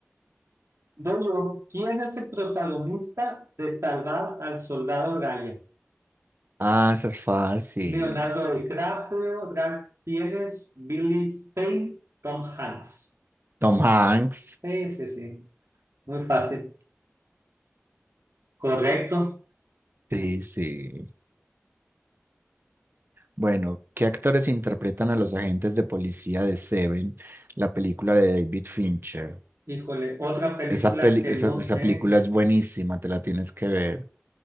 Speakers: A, on the right; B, on the right.
A: Dolo, ¿quién es el protagonista de Salvar al Soldado Ryan?
B: Ah, esa es fácil.
A: Leonardo DiCaprio, Ralph Fiennes, Billy Zane, Tom Hanks.
B: Tom Hanks.
A: Sí, sí, sí. Muy fácil. Correcto.
B: Sí, sí. Bueno, ¿qué actores interpretan a los agentes de policía de Seven, la película de David Fincher?
A: Híjole, otra película
B: Esa, peli-
A: que
B: esa,
A: no sé.
B: esa película es buenísima, te la tienes que ver.